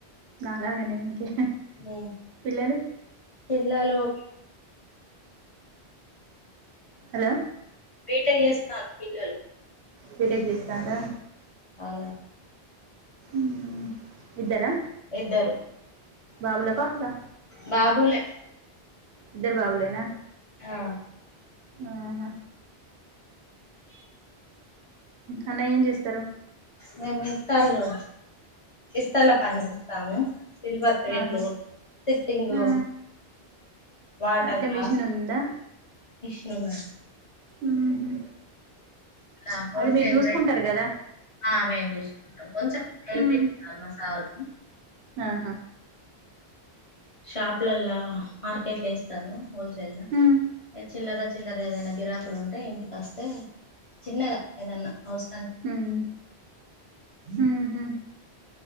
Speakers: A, on the right; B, on the left.
A: నాలాగనే ఇంకే
B: మ్మ్
A: పిల్లలు
B: పిల్లలూ
A: హలో
B: బీటెక్ చేస్తారు పిల్లలు
A: బీటెక్ చేస్తాండ్ర
B: అవునండి
A: ఉమ్ ఇద్దరా
B: ఇద్దరు
A: బాబుల, పాపలా
B: బాబులే
A: ఇద్దరు బాబులేనా
B: ఆ
A: ఆహా అన్నయ్య ఏం చేస్తారు
B: మేము ఇస్తర్లు ఇస్తర్ల పనిపిస్తాము సిల్వర్ ప్లేట్లు
A: ఆహా
B: సిట్టింగు
A: ఆ
B: వాటర్
A: అంటే
B: గ్లాస్
A: మిషన్ ఉందా
B: <unintelligible>
A: ఉంహు
B: ఇలా హోల్సేల్
A: అది మీరు చూసుకుంటారు
B: రేట్
A: కదా
B: ఆ మేము చూసుకుంటాం కొంచెం హెల్ప్
A: ఉమ్
B: చేస్తారు మా సారు
A: ఆహా
B: షాప్లల్లా మార్కెట్లేస్తారు హోల్సేల్
A: ఉమ్
B: చిల్లర చిల్లర ఏదైనా గిరాకులు ఉంటే ఇంటికి వస్తే చిన్నగా ఏదన్నా హౌస్
A: ఉమ్ ఉంహు